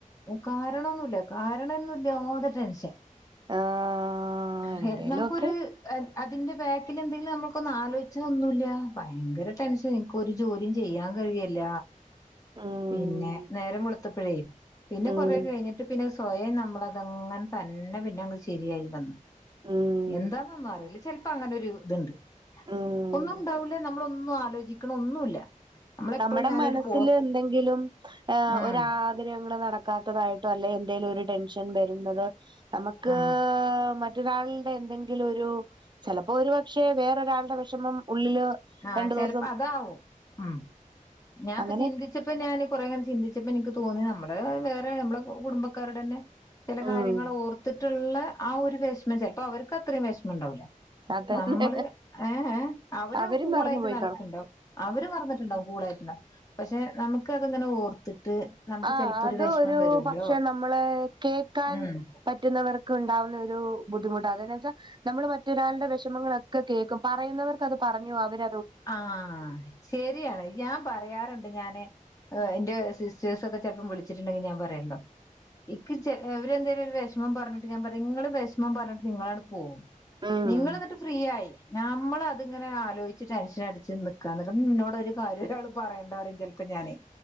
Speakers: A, on the left; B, on the right.
A: ഓഹ് കാരണൊന്നുല്ല. കാരണന്നുല്ലാ തൊ ടെൻഷൻ.
B: ആഹ് എന്തേലും
A: ഹേ നമുക്കൊരു
B: ഒക്കെ
A: ഹേ. അതിന്റെ ബാക്കില് എന്തെലും നമ്മുക്കൊന്ന ആലോചിച്ച ഒന്നുല്ല. ഭയങ്കര ടെൻഷൻ. നിക്ക് ഒരു ജോലിചെയ്യാ ചെയ്യാൻ കഴിയല്ല.
B: ഉം
A: പിന്നെ നേരം വൊളുത്തപ്പഴേ. പിന്നെ
B: ഉം
A: കൊറെ കഴിഞ്ഞിട്ട് പിന്നെ സ് സ്വയം നമ്മള തങ്ങനെ തന്നെ പിന്നെ ശരിയായി വന്ന്.
B: ഉം
A: എന്താന്നോ ന്ന റില്ല. ചിലപ്പോ അങ്ങനെ ഒരു ഇതുണ്ട്.
B: ഉം
A: ഒന്നും ഉണ്ടാവൂല. നമ്മള ഒന്നും ആലോചിക്കണ ഒന്നുല്ല. നമ്മളെപ്പോഴും
B: നമ്മുടെ
A: ഞാനൊരു
B: മനസ്സില്
A: പോ
B: എന്തെങ്കിലും ഏഹ്
A: ഉം
B: ഒരാ ഗ്രഹങ്ങള് നടക്കാത്തതായിട്ടോ അല്ലെ എന്തെലും ഒരു ടെൻഷൻ വരുന്നത്. നമക്ക്
A: ഉം
B: മറ്റ റ്റൊരാളുടെ എന്തെങ്കിലും ഒരു ചിലപ്പോ ഒരുപക്ഷെ വേറൊരാളുടെ വിഷമം ഉള്ളില്
A: ആഹ്
B: രണ്ടു
A: ചെലപ്പോ
B: ദിവസം
A: അതാവും. ഉം ഞാൻ
B: അങ്ങനെ
A: പ്പ ചിന്തി ച്ചപ്പോ ഞാന് കുറെ ങ്ങനെ ചിന്തിച്ചപ്പോ എനിക്ക് തോന്നി നമ്മുടെ വേറെ നമ്മള കുടുംബക്കാരുടെ തന്നെ ചില കാര്യങ്ങൾ
B: ഉം
A: ഓർത്തിട്ടുള്ള ആഹ് ഒരു വിഷമം. ചിലപ്പോ അവർക്ക് അത്രയും വിഷമം ണ്ടാവൂ ല.
B: അതന്നെ
A: നമ്മള് ഏഹ് ഹോ അവര്
B: അവരും മറന്നു പോയി കാണും
A: ടം അവര് മറന്നിട്ടുണ്ടാവും. കൂളായിട്ടുണ്ടവും. പക്ഷെ നമുക്ക് അത്ങ്ങനെ ഓർത്തിട്ട്. നമുക്ക്
B: ആഹ്
A: ചെലപ്പോ
B: അത്
A: ഒരു വിഷമം
B: രു
A: വരുല്ലോ
B: പക്ഷെ നമ്മള് കേക്കാൻ
A: ഉം
B: പറ്റ റ്റുന്നവർക്ക് ണ്ടാവുന്ന ഒരു ബുദ്ധിമുട്ടാണ്. അത വെച്ചാ നമ്മള് മറ്റൊരാളുടെ വിഷമങ്ങ ളോക്കെ കേൾക്കും. പറയുന്നവർക്ക് അത് പറഞ്ഞോ. അവര
A: ആഹ് ശരിയാണ്. ഞാൻ പറയാറുണ്ട്. ഞാന് എന്റെ സിറ്റേഴ്സ് ഒക്കെ ചെലപ്പം വിളിച്ചിട്ടുണ്ടെങ്കി ഞാൻ പറയല്ലോ. ഇക്ക് ച അവരെ ന്താലും ഒരു വിഷമം പറഞ്ഞിട്ട് ഞാൻ പറയും നിങ്ങള് വിഷമം പറഞ്ഞിട്ട് നിങ്ങള ങ്ങട് പോകും.
B: ഉം
A: നിങ്ങള് ന്നിട്ട് ഫ്രീയായി. നമ്മള് അത്ങ്ങനെ ആലോചി ച്ച് ടെൻഷൻ അടിച്ച് ന നിക്കാന്ന്. ഇന്നോട് ഒര് കാര്യം രാൾ പറയേണ്ട പറും ചിലപ്പോ ഞാന്.